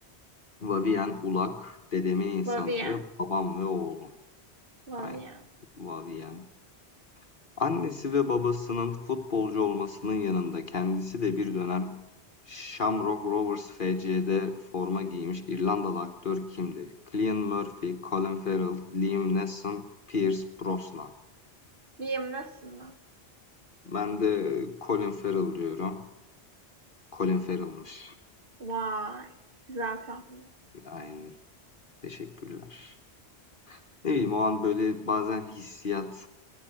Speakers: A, on the left (about 50°); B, on the right (about 55°).
A: Vavien Ulak, Dedemin İnsanları,
B: Vavien.
A: Babam ve Oğlu.
B: Vavien.
A: Aynen. Vavien Annesi ve babasının futbolcu olmasının yanında kendisi de bir dönem Shamrock Rovers FC'de forma giymiş İrlandalı aktör kimdir? Cillian Murphy, Colin Farrell, Liam Neeson, Pierce Brosnan.
B: Viyemlesin mi?
A: Ben de Colin Farrell diyorum. Colin Farrell'mış.
B: Vay. Güzel tahmin.
A: Aynen. Teşekkürler. Ne bileyim o an böyle bazen hissiyat